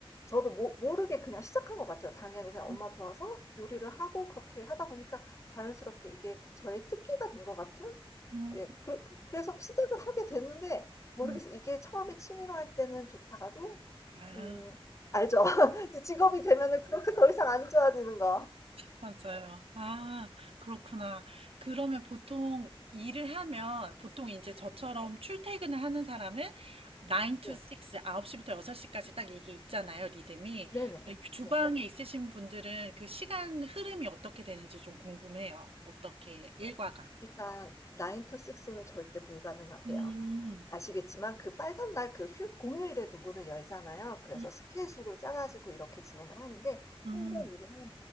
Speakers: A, on the left (about 30°); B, on the right (about 75°).
A: 저도 모 모르게 그냥 시작한 것 같아요. 당연히 그냥 엄마
B: 음,
A: 도와서 요리를 하고 그렇게 하다 보니까 자연스럽게 이게 저의 특기가 된 것 같은
B: 음.
A: 예, 그, 래서 시작을 하게 됐는데 모르겠어요.
B: 음.
A: 이게 처음에 취미로 할 때는 좋다가도
B: 아,
A: 음, 알죠. <laughs> 직업이 되면은 그렇게 더 이상 안 좋아지는 거.
B: 맞아요. 아, 그렇구나. 그러면 보통 일을 하면, 보통 이제 저처럼
A: 네,
B: 출퇴근을 하는 사람은 9 to
A: 네,
B: 6, 9시부터 6시까지 딱 이게 있잖아요, 리듬이.
A: 네네,
B: 근데 주방에
A: 네.
B: 있으신 분들은 그 시간 흐름이 어떻게 되는지 좀 궁금해요. 어떻게 일과가.
A: 일단 9 to 6는 절대 불가능하고요.
B: 음,
A: 아시겠지만 그 빨간 날 그 휴 공휴일에도 문을 열잖아요. 그래서
B: 음,
A: 스케줄을 짜 가지고 이렇게 진행을 하는데
B: 음.
A: 한번 일을 하면